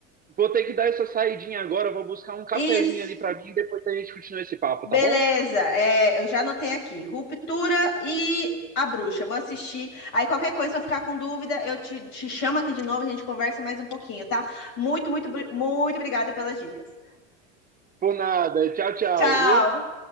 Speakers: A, on the right; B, on the left.
A: vou ter que dar essa saidinha agora, vou buscar um cafezinho
B: Isso.
A: ali para mim e depois a gente continua esse papo,
B: Beleza,
A: tá bom?
B: é, eu já anotei aqui. Ruptura e a bruxa. Vou assistir. Aí qualquer coisa, se eu ficar com dúvida, eu te, te chamo aqui de novo, a gente conversa mais um pouquinho, tá? Muito, muito, bri- muito obrigada pelas dicas.
A: Por nada. Tchau, tchau,
B: Tchau!
A: viu?